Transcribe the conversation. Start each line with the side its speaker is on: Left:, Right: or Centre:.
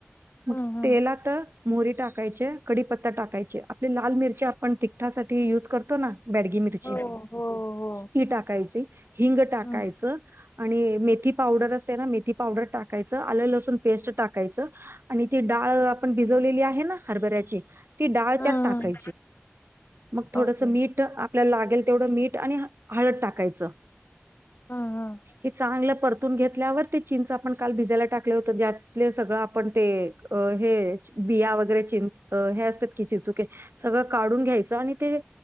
Right: मग
Left: हम्म हम्म
Right: तेला तर. मोरी टाकायचे कडीीपत्ता टाकायचे आपले लाल मिरच्या आपण तिखठासाठी युज करतो ना. बॅडगिमीथची
Left: हम्म हो हो हो
Right: ती टाकायची हिंग टाकायचं.
Left: हम्म
Right: आणि मेथी पावडर असते ना मेथी पावडर टाकायचं आलं लसूण. पेस्ट टाकायच आणि ती डाळ आपण भिजवलेली आहे ना हरभऱ्याची ती डाळ
Left: हम्म
Right: त्यात. टाका म थोड
Left: ओके
Right: मी. आपल्याला लागेल तेवढ मीठ आणि हळद टाकायचं
Left: हम्म हम्म
Right: हे चांगलं पर. ून घेतल्यावर ते चिंच आपण काल भिजाला टाकले होतं त्यात सगळं आपण ते हे बिया वगैरे चिं हे असतात कि चिचुके सगळं काढून घ्यायचं आणि ते